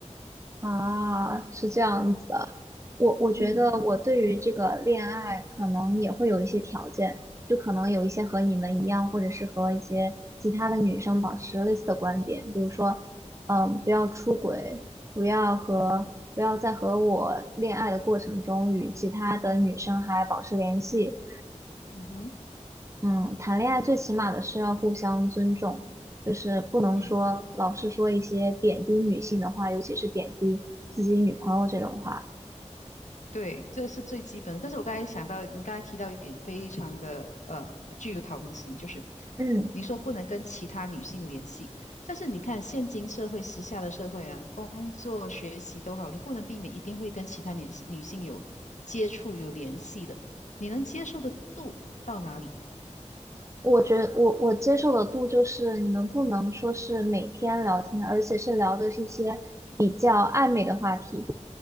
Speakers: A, on the right; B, on the left.
A: 啊，是这样子的。我我觉得我对于这个恋爱可能也会有一些条件，
B: 嗯
A: 就可能有一些和你们一样，或者是和一些其他的女生保持类似的观点，比如说，嗯，不要出轨，不要和不要在和我恋爱的过程中与其他的女生还保持联系，
B: 嗯哼
A: 嗯，谈恋爱最起码的是要互相尊重，就是不能说老是说一些贬低女性的话，
B: 嗯。
A: 尤其是贬低自己女朋友这种话。
B: 对，这是最基本的。但是我刚才想到，你刚才提到一点，非常的呃具有讨论性，就是
A: 嗯，
B: 你说不能跟其他女性联系，但是你看现今社会、时下的社会啊，工作、学习都好，你不能避免一定会跟其他女女性有接触、有联系的。你能接受的度到哪里？
A: 我觉得我我接受的度就是你们不能说是每天聊天，而且是聊的是一些比较暧昧的话题，